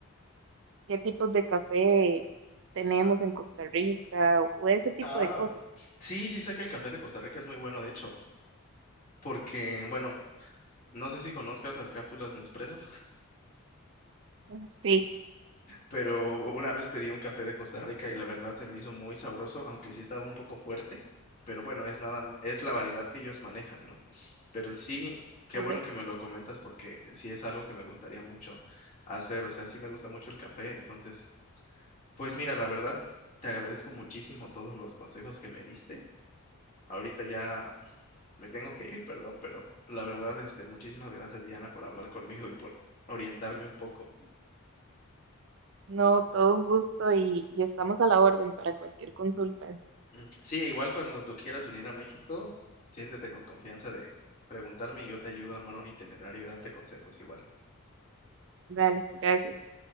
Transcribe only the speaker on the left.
Ah,
ah.
Sí, sí sé que el café de Costa Rica es muy bueno, de hecho, porque, bueno, no sé si conozcas las cápsulas Nespresso.
pero una vez pedí un café de Costa Rica y la verdad se me hizo muy sabroso, aunque sí estaba un poco fuerte, pero bueno, es nada, m- es la variedad que ellos manejan, ¿no? Pero sí, qué
bueno que me lo comentas porque sí es algo que me gustaría mucho hacer, o sea, sí me gusta mucho el café, entonces, pues mira, la verdad, te agradezco muchísimo todos los consejos que me diste. Ahorita ya me tengo que ir, perdón, pero la verdad, este, muchísimas gracias, Diana, por hablar conmigo y por orientarme un poco.
Mm, Sí, igual cuando tú quieras venir a México, siéntete con confianza de preguntarme y yo te ayudo a armar un itinerario y darte consejos igual.